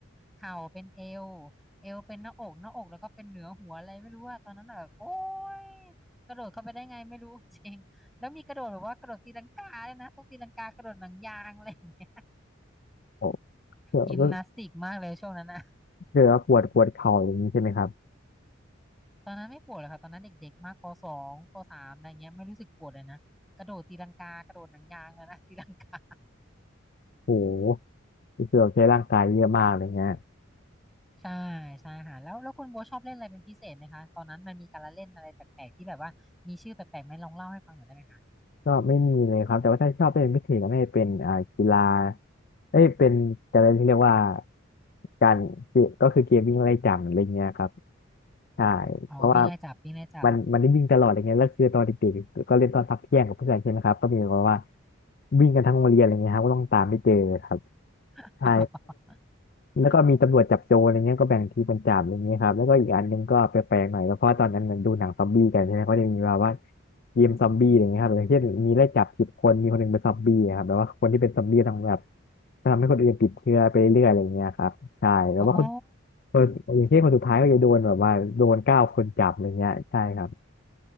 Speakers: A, in the centre; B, on the left.
A: เข่าเป็นเอวเอวเป็นหน้าอกหน้าอกแล้วก็เป็นเหนือหัวอะไรไม่รู้อะตอนนั้นอะแบบโอ๊ยกระโดดเข้าไปได้ไงไม่รู้จริงแล้วมีกระโดดแบบว่ากระโดดตีลังกาเลยนะต้องตีลังกากระโดดหนังยางอะไรอย่างเงี้ย
B: โอ้ก็ก็
A: ยิมนาสติกมากเลยช่วงนั้นอะ
B: คือว่าปวดปวดเข่าอย่างนี้ใช่ไหมครับ
A: ตอนนั้นไม่ปวดเลยค่ะตอนนั้นเด็กๆมากปสองปสามอะไรเงี้ยไม่รู้สึกปวดเลยนะกระโดดตีลังกากระโดดหนังยางแล้วนะ <laughs> ตีลังกา
B: โหรู้สึกว่าใช้ร่างกายเยอะมากเลยฮะ
A: ใช่ใช่ค่ะแล้วแล้วคุณโบทชอบเล่นอะไรเป็นพิเศษไหมคะตอนนั้นมันมีการละเล่นอะไรแปลกๆที่แบบว่ามีชื่อแปลกๆไหมลองเล่าให้ฟังหน่อยได้ไหมคะ
B: ก็ไม่มีเลยครับแต่ว่าถ้าชอบเล่นพิเศษก็ไม่าจะเป็นอ่ากีฬาเอ้ยเป็นการเล่นที่เรียกว่าการก็คือเกมวิ่งไล่จับอะไรเงี้ยครับใช่เพราะว่า
A: อ๋อวิ่งไล่จับวิ่งไล่จับ
B: มันมันได้วิ่งตลอดอะไรเงี้ยแล้วคือตอนเด็กๆก็เล่นตอนพักเที่ยงกับเพื่อนใช่ไหมครับ
A: อม
B: ก็มีแบบว่าวิ่งกันทั้งโรงเรียนอะไรเงี้ยครับก็ต้องตามไปเจอครับ
A: <laughs>
B: ใช่ แล้วก็มีตำรวจจับโจรอะไรเงี้ยก็แบ่งทีมเป็นจัาอะไรเงี้ยครับแล้วก็อีกอันหนึงก็แปลกๆหน่อยก็เพราะตอนนั้นมันดูหนังซอมบี้กันใช่ไหมเขาจะมีแบบว่าเกมซอมบี้อะไรเงี้ยครับอย่างเช่นมีไล่จับสิบคนมีคนหนึ่งเป็นซอมบี้อะครับแบบว่าคนที่เป็นซอมบี้ต้องแบบทำให้คนอื่นติดเชื้อไปเรื่อยอะไรเงี้ยครับใช่แล้วว่าคน
A: อ๋อ
B: คนอย่างเช่นคนสุดท้ายก็จะโดนแบบว่าโดนเก้าคนจับอะไรเงี้ยใช่ครับ